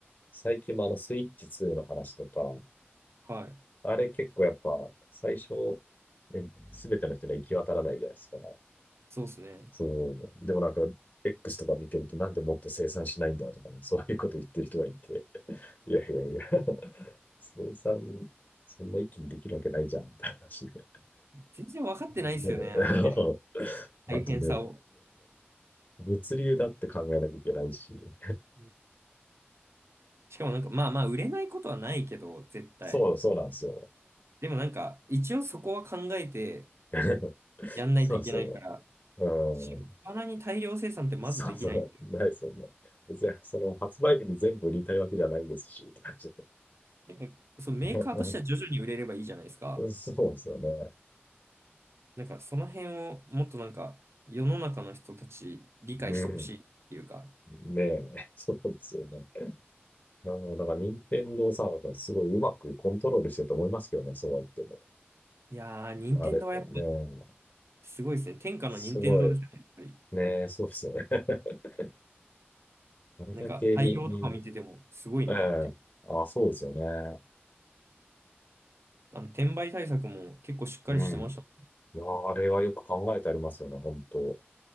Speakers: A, on the left; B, on the right.
A: 最近もあの、スイッチ2の話とか、
B: はい、
A: あれ結構やっぱ、最初、ね、すべての人には行き渡らないじゃないですか。
B: そうですね。
A: そう。でもなんか、X とか見てると、なんでもっと生産しないんだとか、そういうこと言ってる人がいて、<laughs> いやいやいや、<laughs> 生産、そんな一気にできるわけないじゃん、って話で。
B: 全然分かってないですよね、
A: ね、<laughs>
B: あの辺の大変さを。
A: あとね、<laughs> 物流だって考えなきゃいけないし、
B: うんしかもなんか、まあまあ、売れないことはないけど、絶対。
A: そう、そうなんですよ。
B: でもなんか、一応そこは考えて
A: <laughs>
B: やんないといけないから、
A: そうですよね。うん。
B: しょっぱなに大量生産ってまずできないんだよ。
A: そうそう、ない、そんな。別に、その、発売日に全部売りたいわけじゃないですし、とかって。
B: なんか、そのメーカーとしては徐々に売れればいいじゃないですか。
A: <laughs> そうですよね。
B: なんか、その辺をもっとなんか、世の中の人たち理解してほしいっていうか。
A: うん。ねえ、そうですよね。あの、だから、任天堂さんがすごいうまくコントロールしてると思いますけどね、そうは言っても。
B: いやー、任天堂はやっぱり
A: あれ、ねえ、
B: すごいですね。天下の任天堂ですよね、
A: すごい、
B: やっぱり。
A: ねえ、そうですよね。<laughs> あれだけにに
B: なんか、対応とか見ててもすごいなって。
A: ええ、あ、そうですよね。
B: あの、転売対策も結構しっかりしてましたも
A: うん。いやあれはよく考えてありますよね、本当。